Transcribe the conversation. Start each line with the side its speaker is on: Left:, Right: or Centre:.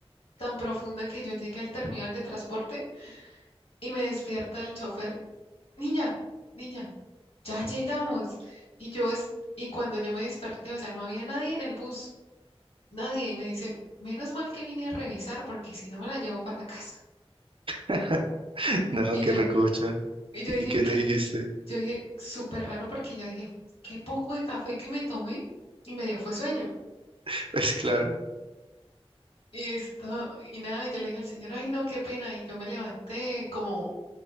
Left: tan profunda que yo llegué al terminal de transporte y me despierta el chofer niña, niña, ya llegamos. Y yo, es, y cuando yo me desperté, o sea, no había nadie en el bus, nadie, y me dice, menos mal que vine a revisar, porque si no me la llevo para casa.
Right: <laughs> No,
Left: Y
Right: qué
Left: yo,
Right: recocha.
Left: y yo dije,
Right: ¿Y qué
Left: ¿qué?
Right: le dijiste?
Left: Yo dije, súper raro, porque yo dije, qué poco de café que me tomé, y me dio fue sueño.
Right: <laughs> Pues claro.
Left: Y esto, y nada, y yo le dije al señor, ay, no, qué pena, y yo me levanté como,